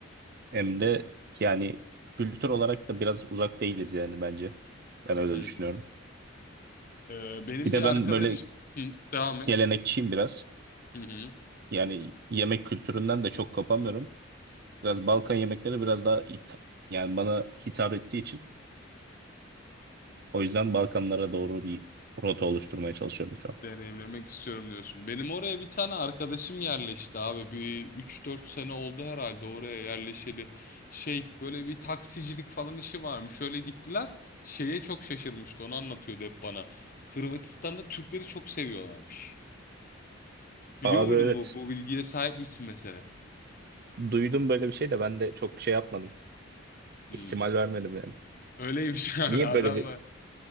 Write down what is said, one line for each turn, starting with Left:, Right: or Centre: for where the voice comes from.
Right: hem de yani kültür olarak da biraz uzak değiliz yani bence. Ben öyle
Left: Hı
Right: düşünüyorum.
Left: hı. Ee, benim
Right: Bir de
Left: bir arkadaş...
Right: ben böyle
Left: Hı, devam et.
Right: gelenekçiyim biraz.
Left: Hı hı.
Right: Yani yemek kültüründen de çok kopamıyorum. Biraz Balkan yemekleri biraz daha hit- yani bana hitap ettiği için. O yüzden Balkanlara doğru bir rota oluşturmaya çalışıyorum şu an.
Left: Deneyimlemek istiyorum diyorsun. Benim oraya bir tane arkadaşım yerleşti abi. Bir üç dört sene oldu herhalde oraya yerleşeli. Şey böyle bir taksicilik falan işi varmış. Şöyle gittiler. Şeye çok şaşırmıştı. Onu anlatıyordu hep bana. Hırvatistan'da Türkleri çok seviyorlarmış. Biliyor
Right: Abi
Left: muydun
Right: evet.
Left: bu bu bilgiye sahip misin mesela?
Right: Duydum böyle bir şey de ben de çok şey yapmadım.
Left: Hmm.
Right: İhtimal vermedim yani.
Left: Öyleymiş <laughs> abi
Right: Niye
Left: adam.
Right: böyle bir